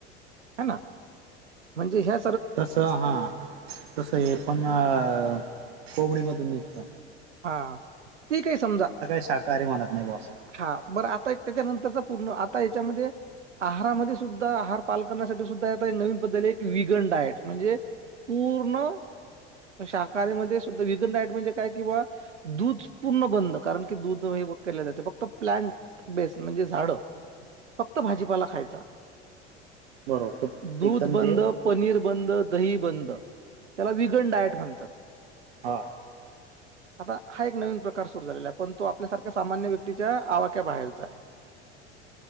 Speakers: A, on the right; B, on the right.
A: ह ना म्हणजे ह
B: तस हा तस आहे पण अ कोंबडीमधून निघत
A: हा ते काही समजा
B: शाकाहारी म्हणत नाही बॉस
A: हा बरं आता एक त्याच्यानंतरचा पूर्ण आता याच्यामध्ये आहामध्ये सुद्धा आहार पाल करण्यासाठी सुद्धा आता नवीन पद्धती एक विगन डायट म्हणजे पूर्ण शाकाहारीमध्ये सुद्धा विगन डाईट म्हणजे काय कि बा दूध पूर्ण बंद कारण की दूध हे केले जाते फक्त प्लंट बेस् म्हणजे झाड फक्त भाजीपाला खायचा
B: बरोबर त
A: दूध
B: एकदम
A: बंद
B: ते
A: पनीर बंद दही बंद त्याला विगन डायट म्हणतात
B: बर
A: आता हा एक नवीन प्रकार सुरू झालेला आहे पण तो आपल्यासारख्या सामान्य व्यक्तीच्या आवाक्या बाहेरचा आहे